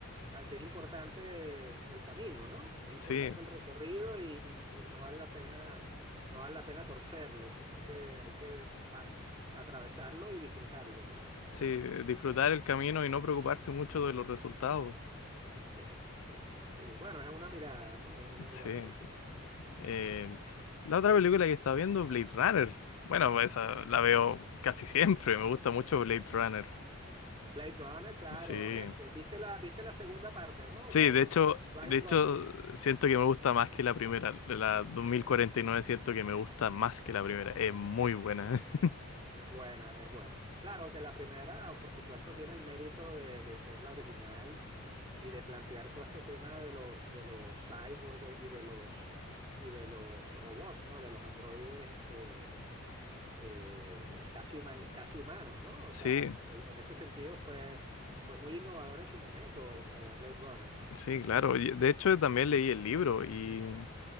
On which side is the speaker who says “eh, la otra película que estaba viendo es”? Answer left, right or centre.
Left